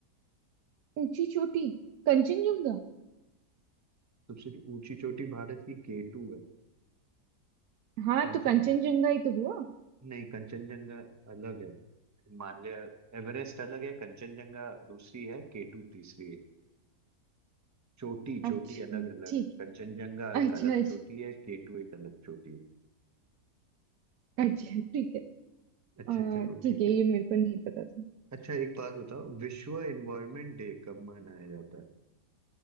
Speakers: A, on the right; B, on the right.
A: ऊंची चोटी कंचनजंगा
B: सबसे ऊंची चोटी भारत की केटू है
A: हाँ
B: कंचन
A: तो कंचनजंगा ही तो हुआ
B: नहीं कंचनजंगा अलग है हिमालय एवरेस्ट अलग है कंचनजंगा दूसरी है केटू तीसरी है चोटी चोटी
A: अच्छा
B: अलग अलग
A: ठीक
B: कंचनजंगा
A: है
B: एक
A: अच्छा
B: अलग
A: अच्छा
B: चोटी है केटू एक अलग चोटी है
A: अच्छा ठीक है
B: अच्छा
A: आ,
B: चलो
A: ठीक
B: ठीक
A: है
B: है
A: ये मेरे को नहीं पता था
B: अच्छा एक बात बताओ विश्व एनवायरनमेंट डे कब मनाया जाता है